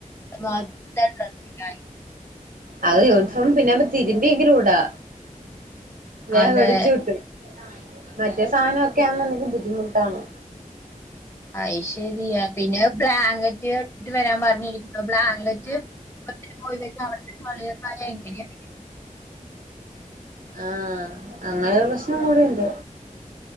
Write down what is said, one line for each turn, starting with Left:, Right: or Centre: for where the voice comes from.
Left: <unintelligible>
Right: അഹ് യൂണിഫോം പിന്നാണ്ട് തിരി ബിയെങ്കിലുടാ വേ
Left: അതെ
Right: വടിച് കിട്ടും മറ്റേ സാനോക്കെ ആന്നുണ്ടെങ്കി ദ്ധിമുട്ടാണ്
Left: അഹ് ശരിയാ പിന്നെ ബ്ലാ നെറ്റ് വേറ്റ് വരാം പർഞ്ഞി ബ്ലാങ്കറ്റ് <unintelligible> പോയി വച്ച് അവിടുത്തെ <unintelligible> എങ്ങനെയ
Right: ആഹ് അങ്ങനൊരു പ്രശ്നം കൂടിയുണ്ട്